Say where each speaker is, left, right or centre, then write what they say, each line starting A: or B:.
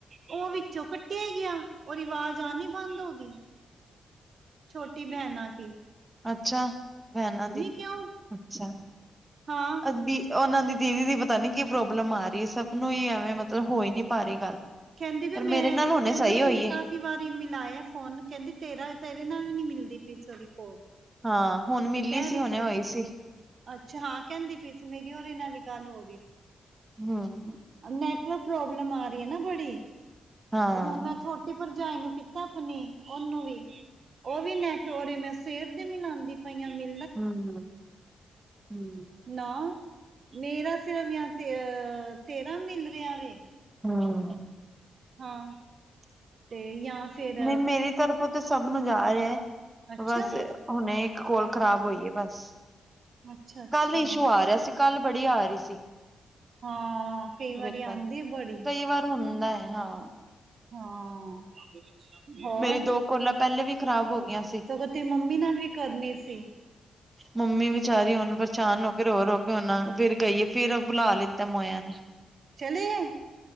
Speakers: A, on the right; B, on the right.
A: ਉਹ ਵਿੱਚੋਂ ਕੱਟਿਆ ਹੀ ਗਿਆ, ਉਹ ਅਵਾਜ਼ ਆ ਨ ਬੰਦ ਹੋ ਗਈ। ਛੋਟੀ ਬਹਿਨਾਂ ਥੀ।
B: ਅੱਛਾ, ਲੈਣ ਆਦੀ ਦੀ
A: ਕਿਉਂ
B: ਅੱਛਾ,
A: ਹਾਂ
B: ਅਧੀ ਉਹਨਾਂ ਦੀਦੀ ਦੀ ਪਤਾ ਨੀ, ਕੀ ਪ੍ਰੋਬਲਮ ਆ ਰਹੀ ਹੈ, ਸਭ ਨੂੰ ਹੀ ਐਵੇਂ ਮਤਲਬ ਹੋ ਹੀ ਨਈ ਪਾ ਰਹੀ ਗੱਲ
A: ਕਹਿੰਦੀ ਵੀ
B: ਪਰ
A: ਮੈਂ,
B: ਮੇਰੇ ਨਾਲ ਹੁਣੇ
A: ਤੈਨੂੰ
B: ਸਹੀ
A: ਵੀ
B: ਹੋਈ
A: ਉਹ ਨਿਕ
B: ਏ।
A: ਕਿੰਨੀ ਵਾਰੀ ਮਿਲਾਆਂ ਫੋਨ, ਕਹਿੰਦੀ ਤੇਰੇ ਨਾਲ ਵੀ ਨੀ ਮਿਲਦੀ ਪਈ ਤੇਰੀ ਕੋਲ
B: ਹਾਂ, ਹੁਣ ਮਿਲੀ
A: ਕਹਿ
B: ਸੀ,
A: ਰਹੀ
B: ਹੁਣੇ ਹੋਈ ਸੀ।
A: ਅੱਛਾ, ਹਾਂ ਕਹਿੰਦੀ ਪਈ ਸੀ, ਮੇਰੀ ਓਦੇ ਨਾਲ ਹੀ ਗੱਲ ਹੋ ਰਹੀ ਸੀ।
B: ਹੂ,,,
A: ਨੈਟਵਰਕ, ਪ੍ਰੋਬਲਮ ਆ ਰਹੀ ਹੈ ਨਾ ਬੜੀ
B: ਹਾਂ।
A: ਉਹ ਹੁਣ ਮੈਂ ਛੋ ਭਰਜਾਈ ਨੂੰ ਕੀਤਾ ਆਪਣੀ, ਉਹਨੂੰ ਵੀ ਉਹ ਵੀ ਨੈਟਰੀ ਮੈਂ ਸਿਰ ਦੇ ਮਿਲਾਉਂਦੀ, ਪਈਆਂ ਲੇ
B: <unintelligible> <inaudible>
A: ਨਾ, ਮੇਰਾ ਸਿਰਫ ਜਾਂ, ਤੇ ਅਹ ਤੇਰਾਂ, ਮਿਲ ਰਿਹਾ ਵ
B: ਹਾ
A: ਹਾਂ, ਤੇ ਜਾਂ ਫਿਰ
B: ਨਹੀਂ, ਮੇਰੀ ਤਰਫੋਂ ਤੇ, ਸਭ ਨੂੰ ਜਾ ਰਿਹਾ
A: ਅੱਛਾ
B: ਬਸ ਹੁਣੇ ਇੱਕ, ਕੋਲ ਖ਼ਰਾਬ ਹੋਈ ਹੈ ਬਸ।
A: ਅੱਛਾ- ਅੱਛਾ।
B: ਕੱਲ ਇਸ਼ੂ ਆ ਰਿਹਾ ਸੀ, ਕੱਲ ਬੜੀ ਆ ਰਹੀ ਸੀ।
A: ਹਾਂ, ਕਈ ਵਾਰੀ
B: ਦਿੱਕਤ।
A: ਆਉਂਦੀ ਆ ਬੜੀ।
B: ਕਈ ਵਾਰ ਹੁੰਦਾ ਹੈ ਹਾਂ
A: ਹਾਂ ਹੋਰ
B: ਮੇਰੀ ਦੋ ਕੋਲਾਂ, ਪਹਿਲੇ ਵੀ ਖ਼ਰਾਬ ਹੋ ਗਈਆਂ ਸੀ।
A: ਸਗੋਂ ਤੇ ਮੰਮੀ ਨਾਲ ਵੀ ਕਰਨੀ ਸੀ
B: ਮੰਮੀ ਵਿਚਾਰੀ ਹੁਣ ਪਰੇਸ਼ਾਨ ਹੋ ਕੇ ਰੋ -ਰੋ ਹੋ ਕੇ ਉਹਨਾ ਫਿਰ ਗਈ ਏ, ਫੇਰ ਬੁਲਾ ਲਿੱਤਾ ਮੋਇਆ ਨੇ
A: ਚਲੀਏ?